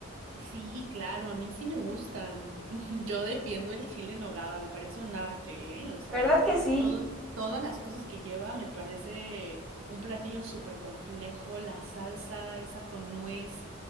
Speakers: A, on the right (about 75°); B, in the centre.
A: Sí, claro, a mí sí me gustan. <laughs> Yo defiendo el chile en nogada, me parece un arte, ¿eh? O sea,
B: ¿Verdad que sí?
A: todo- todas las cosas que lleva me parece un platillo súper complejo, la salsa esa con nuez,